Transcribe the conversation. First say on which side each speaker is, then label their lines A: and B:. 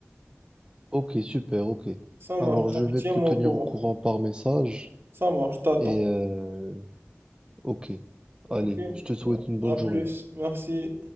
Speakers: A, on the right; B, on the right.
A: Ok, super, ok.
B: Ça marche.
A: Alors,
B: Donc,
A: je vais
B: tiens-moi
A: te tenir
B: au courant.
A: au courant par message
B: Ça marche, t'attends.
A: et euh, ok. Allez,
B: Ok.
A: je te souhaite une bonne
B: À Ouais.
A: journée.
B: plus. Merci.